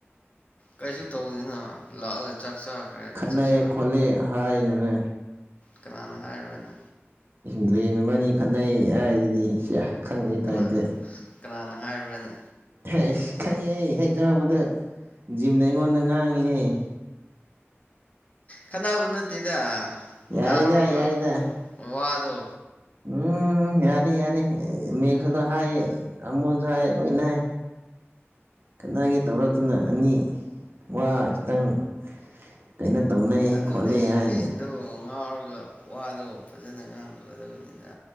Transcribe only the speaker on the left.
ꯀꯩꯁꯨ ꯇꯧꯗꯦꯅ ꯂꯥꯛꯑꯒ ꯆꯥꯛ ꯆꯥꯈ꯭ꯔꯦ
ꯆꯥꯛ ꯆꯥꯔ
ꯀꯅꯥꯅ ꯍꯥꯏꯔꯅꯦ
ꯀꯅꯥ ꯀꯅꯥꯅ ꯍꯥꯏꯕꯅꯦ
ꯈꯠꯅꯕ ꯅꯠꯇꯦꯗ
ꯉꯥꯎꯔꯒ
ꯋꯥꯗꯣ
ꯑꯗꯨꯅꯦ
ꯂꯦꯟꯗꯣ ꯉꯥꯎꯔ ꯑꯗꯨꯒ ꯋꯥꯗꯣ ꯐꯖꯅ ꯉꯥꯡꯗꯕ ꯑꯗꯨꯒꯤꯅꯤꯗ